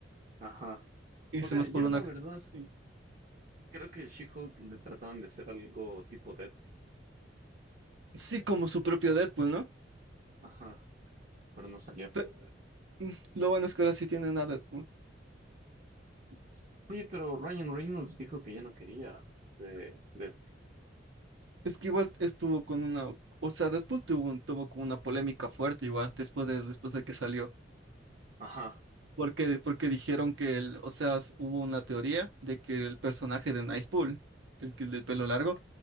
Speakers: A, on the right; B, on the right.
A: Ajá.
B: Hice
A: O sea,
B: más
A: yo
B: por una,
A: la verdad
B: sí.
A: Creo que She-Hulk le trataron de hacer algo tipo Deadpool.
B: Sí, como su propio Deadpool, ¿no?
A: Ajá, pero no salió.
B: Pe- Lo bueno es que ahora sí tienen a Deadpool.
A: Sí, pero Ryan Reynolds dijo que ya no quería de Deadpool.
B: Es que igual estuvo con una, o sea, Deadpool tuvo, un- tuvo como una polémica fuerte igual después de, después de que salió.
A: Ajá,
B: Porque, porque dijeron que el, o sea, s- hubo una teoría de que el personaje de Nicepool, el que el del pelo largo,